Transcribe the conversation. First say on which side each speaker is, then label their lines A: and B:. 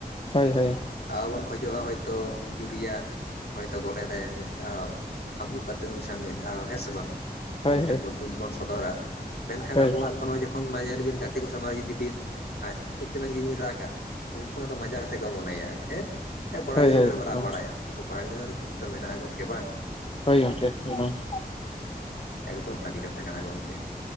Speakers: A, on the left; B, on the left.
A: ᱦᱳᱭ ᱦᱳᱭ
B: ᱟᱨ ᱵᱚᱱ ᱠᱷᱚᱡᱚᱜᱼᱟ ᱦᱳᱭᱛᱳ ᱡᱩᱨᱤᱭᱟᱜ ᱦᱚᱳᱭᱛᱳ <unintelligible> ᱨᱮ ᱢᱤᱫ ᱫᱷᱟᱣ ᱦᱟᱢᱵᱩᱜ ᱠᱟᱛᱮ ᱩᱱᱤ ᱥᱟᱶ ᱢᱤᱫ ᱫᱷᱟᱣ ᱦᱮᱸ ᱥᱮ ᱵᱟᱝ
A: ᱦᱳᱭ
B: ᱩᱱᱤ ᱴᱷᱮᱱ
A: ᱦᱳᱭ
B: ᱵᱚᱱ ᱫᱩᱠ ᱵᱚᱱ ᱥᱚᱫᱚᱨᱟ ᱢᱮᱱᱠᱷᱟᱱ
A: ᱦᱳᱭ
B: ᱟᱵᱚᱣᱟᱜ <unintelligible> <unintelligible> ᱡᱚᱠᱷᱚᱱ ᱢᱟᱧᱮᱞ ᱵᱤᱱ ᱜᱟᱛᱮ ᱠᱚ ᱥᱟᱢᱟᱝ ᱨᱮ ᱡᱩᱫᱤ ᱵᱤᱱ ᱠᱟᱹᱡᱽ ᱪᱚᱝᱞᱟᱝ ᱡᱩᱫᱤ ᱵᱤᱱ ᱨᱟᱜᱟ ᱩᱱ <unintelligible> ᱫᱚ ᱢᱟᱡᱟ ᱠᱟᱛᱮ ᱠᱚ ᱢᱚᱱᱮᱭᱟ ᱦᱮᱸ ᱦᱮᱸ ᱠᱚᱲᱟ
A: ᱦᱳᱭ
B: ᱜᱤᱫᱽᱨᱟᱹ
A: ᱦᱳᱭ
B: ᱠᱟᱱᱟᱢ
A: ᱮᱠᱫᱚᱢ
B: ᱨᱟᱜ ᱵᱟᱲᱟᱭᱟᱢ ᱠᱤᱱᱛᱩ ᱠᱚᱲᱟ ᱜᱤᱫᱽᱨᱟᱹ <unintelligible> ᱫᱩᱠ ᱫᱚ ᱢᱮᱱᱟᱜᱼᱟ ᱜᱚᱝᱠᱮ ᱦᱮᱸ ᱵᱟᱝ
A: ᱦᱳᱭ ᱜᱚᱝᱠᱮ <unintelligible>
B: ᱮᱠᱫᱚᱢ ᱥᱟᱹᱨᱤ ᱠᱟᱛᱷᱟ ᱠᱟᱱᱟ ᱜᱚᱝᱠᱮ